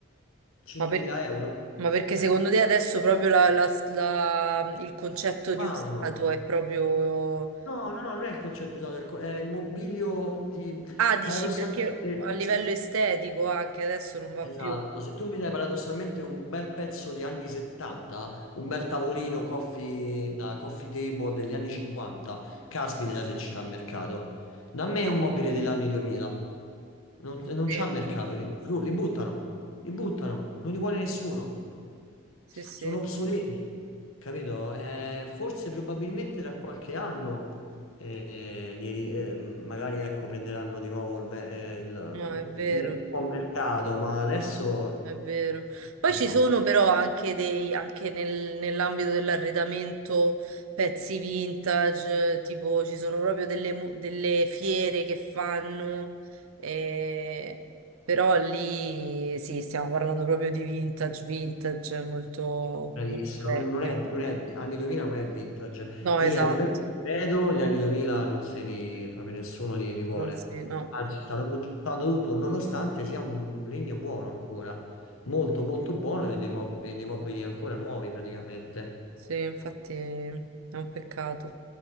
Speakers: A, on the left; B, on the right.
A: 5.000
B: Ma, per-
A: euro,
B: ma perché
A: cioè,
B: secondo te adesso proprio la- la- la- il concetto
A: non vanno.
B: di usato è proprio...
A: No, no, no, non è il concetto usato, è il co- è il mobilio di,
B: Ah, dici
A: paradossalmente,
B: perché a livello
A: se-
B: estetico anche adesso non va
A: Esatto,
B: più.
A: se tu mi dai paradossalmente un bel pezzo di anni 70, un bel tavolino coffee, da coffee table degli anni 50, caspita se c'è mercato. Da me un mobile degli anni 2000, non, non
B: Sì,
A: c'è mercato, li, li buttano, li buttano, non li vuole nessuno.
B: sì, sì.
A: Sono obsoleti, capito? Eh, forse probabilmente tra qualche anno e li ri- eh, magari ecco, prenderanno di nuovo il, ve- eh, il,
B: No, è vero.
A: il buon mercato, ma adesso
B: È vero. Poi
A: no,
B: ci sono però anche dei, anche nel- nell'ambito dell'arredamento pezzi vintage, eh, tipo ci sono proprio delle, mo- delle fiere che fanno, eh, però lì sì, stiamo parlando proprio di vintage, vintage molto,
A: bravissimo,
B: molto vecchio.
A: non non è, non è- anni 2000 non è vintage
B: No,
A: e
B: esatto,
A: a livello credo gli anni 2000 non se li, proprio nessuno li, li vuole,
B: non si, no.
A: anzi stanno buttando tutto nonostante sia un legno buono ancora, molto molto buono e dei, mob- e dei mobili ancora nuovi praticamente.
B: Sì, infatti è un peccato.